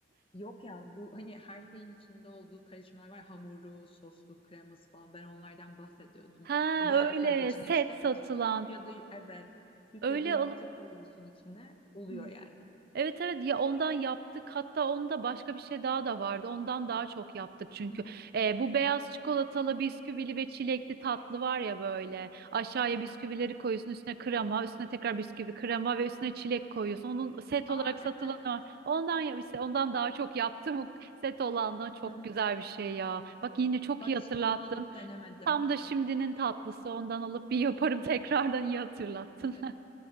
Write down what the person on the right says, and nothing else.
Ha
öyle
set
satılan
öyle
alıp
Hı.
evet evet ya ondan yaptık hatta onda başka bir şey daha da vardı ondan daha çok yaptık çünkü
Ee, bu beyaz çikolatalı bisküvili ve çilekli tatlı var ya böyle aşağıya bisküvileri koyuyorsun üstüne krema üstüne tekrar bisküvi krema ve üstüne çilek koyuyorsun onun set
olarak satılanı
var ondan ya işte ondan daha çok yaptım <laughs> o set olan da çok
güzel bir şey ya bak yine çok
iyi
hatırlattın
Tam da şimdinin tatlısı ondan alıp bir yaparım <laughs> tekrardan iyi hatırlattın.